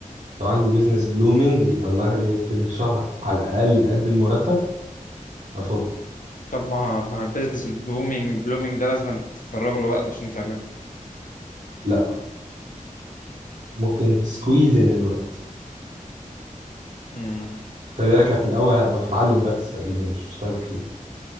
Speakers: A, on the right; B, on the left.
A: لو عندي بيزنس بلومينج بيطلع لي في الشهر على الاقل قد المرتب افضل
B: طب ما ما البيزنس البلومينج البلومينج ده لازم تفرغ له وقت عشان تعمله
A: لا ممكن تسكويز ان الوقت
B: امم
A: خلي بالك أنا في الاول هبقى بتعلم بس تقريبا مش بشتغل كتير